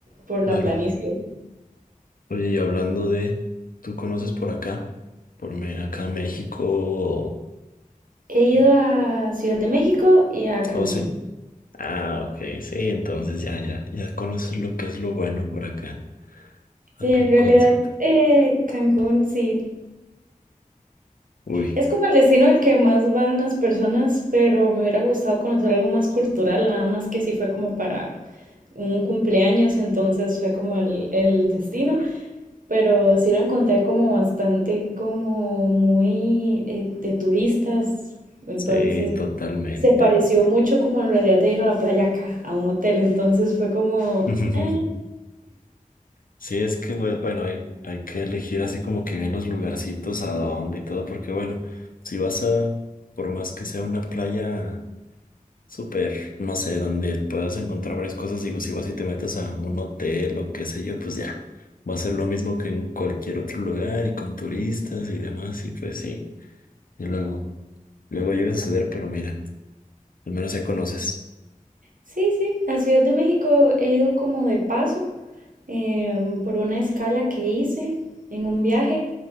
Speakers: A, on the right; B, on the left.
A: por la
B: Claro.
A: planicie.
B: Oye, y hablando de. ¿Tú conoces por acá? Por me, acá en México.
A: He
B: o-
A: ido a Ciudad de México y a Cancún.
B: Oh, sí. Ah, ok, sí. Entonces ya, ya, ya conoces lo que es lo bueno por acá. Acá
A: Sí, en
B: en
A: realidad
B: Concita.
A: eh, Cancún sí.
B: Uy,
A: Es como el destino al que más van las personas, pero me hubiera gustado conocer algo más cultural, nada más que sí fue como para un cumpleaños, entonces fue como el, el destino, pero sí lo encontré como bastante como muy eh, de turistas, entonces
B: sí, totalmente.
A: se pareció mucho como en realidad de ir a la playa acá, a un hotel, entonces fue como...
B: <laughs>
A: "Ah,
B: Sí, es que, pues, bueno, hay, hay que elegir así como que bien los lugarcitos, a dónde y todo, porque, bueno, si vas a, por más que sea una playa súper, no sé, donde puedas encontrar varias cosas, digo, si vas y te metes a un hotel o qué sé yo, pues ya, va a ser lo mismo que en cualquier otro lugar y con turistas y demás, y pues sí, y luego, luego llega a suceder, pero mira, al menos ya conoces.
A: Sí, sí, a Ciudad de México he ido como de paso em, por una escala que hice en un viaje,